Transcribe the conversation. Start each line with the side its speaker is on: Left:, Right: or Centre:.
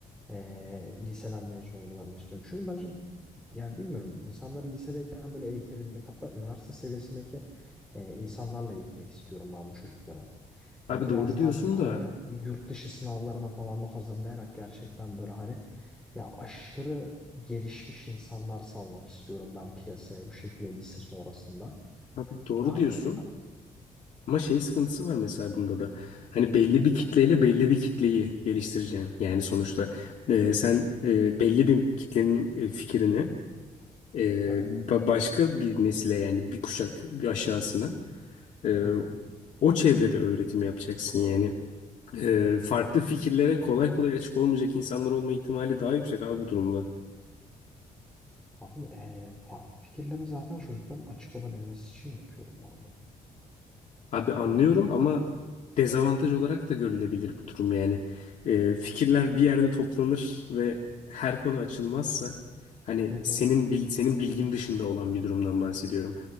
Centre: eee, liseden mezun olmalarını istiyorum. Çünkü bence yani bilmiyorum insanları lisedeyken böyle eğitebilmek hatta üniversite seviyesindeki eee, insanlarla eğitmek istiyorum ben bu çocuklara. Hani
Left: Abi
Centre: biraz
Left: doğru diyorsun
Centre: daha böyle hani
Left: da.
Centre: yurt dışı sınavlarına falan da hazırlayarak gerçekten böyle hani ya aşırı gelişmiş insanlar salmak istiyorum ben piyasaya bu şekilde lise sonrasında.
Left: Abi doğru
Centre: Ve hani
Left: diyorsun. Ama şey sıkıntısı var mesela bunda da. Hani belli bir kitleyle belli bir kitleyi geliştireceksin. Yani sonuçta e, sen e, belli bir kitlenin e, fikrini e,
Centre: evet.
Left: ba- başka bir nesile yani bir kuşak bir aşağısına e,
Centre: Hı hı.
Left: o çevrede öğretim yapacaksın yani. E, farklı fikirlere kolay kolay açık olmayacak insanlar olma ihtimali daha yüksek abi bu durumda.
Centre: Abi eee, farklı fikirlere zaten çocukların açık olabilmesi için yapıyorum ben bunu.
Left: Abi anlıyorum
Centre: Hani
Left: ama dezavantaj olarak da görülebilir bu durum yani. Ee, fikirler bir yerde toplanır ve her konu açılmazsa hani
Centre: Hı
Left: senin
Centre: hı.
Left: bil- senin bilgin dışında olan bir durumdan bahsediyorum.